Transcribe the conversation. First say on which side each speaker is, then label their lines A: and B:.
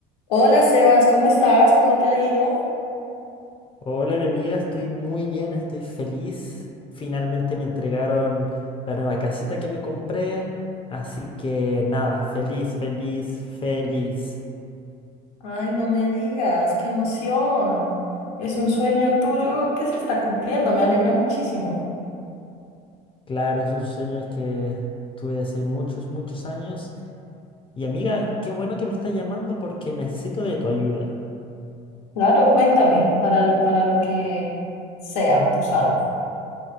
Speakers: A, on the left (about 85°); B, on the left (about 25°).
A: Hola Sebas, ¿cómo estás? ¿Cómo te ha ido?
B: Hola, mi amiga, estoy muy bien, estoy feliz. Finalmente me entregaron la nueva casita que me compré. Así que nada, feliz, feliz, feliz.
A: Ay, no me digas, qué emoción. Es un sueño tuyo que se está cumpliendo, me alegra muchísimo.
B: Claro, es un sueño que tuve desde muchos, muchos años. Y amiga, qué bueno que me estás llamando porque necesito de tu ayuda.
A: Claro, cuéntame, para, l- para lo que sea, tú sabes.